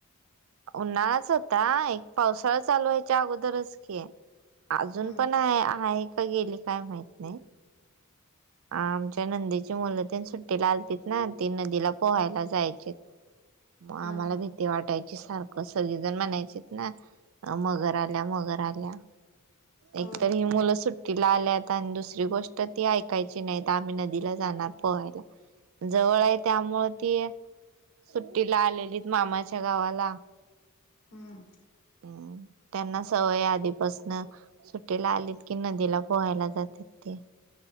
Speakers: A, on the right; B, on the left.
A: उन्हाळाच होता. एक पावसाळा चालूवायच्या अगोदरच की. अजून
B: हम्म
A: पण आहे, आहे का गेली काय माहित नाही. आमच्या नंदेची मुलंतेन सुट्टीला आलतीत ना ती नदीला पोहायला जायचीतं. मग
B: हा
A: आम्हाला
B: हा
A: भी -- ती वाटायची सारखं सगळीजण म्हणायचीत ना मगर आल्या मगर आल्या. एकत
B: होय
A: ही मुलं सुट्टीला आल्यात आणि दुसरी गोष्ट ती ऐक कायची नाहीत, आम्ही नदीला जाणार पोहायला जवळ हाय त्यामुळे ती सुट्टीला आलेलीत मामाच्या गावाला.
B: हं.
A: हम्. त्यांना सवय हाय आधीपसन. सुट्टीला आलीत की नदीला पोहायला जात्यात ति.